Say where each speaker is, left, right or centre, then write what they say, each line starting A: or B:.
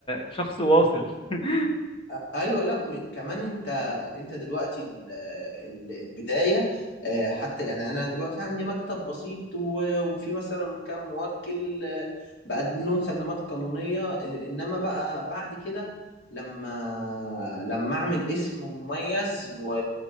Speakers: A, on the left; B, on the left.
A: شخص واصل <laughs>
B: ايوه لا م... كمان انت انت دلوقتي ال... ال... البدايه آه، حتى يعني انا دلوقتي عندي مكتب بسيط و... وفي مثلا كام موكل آه، بقدم لهم خدمات قانونيه آه، انما بقى بعد كده لما لما اعمل اسم مميز و...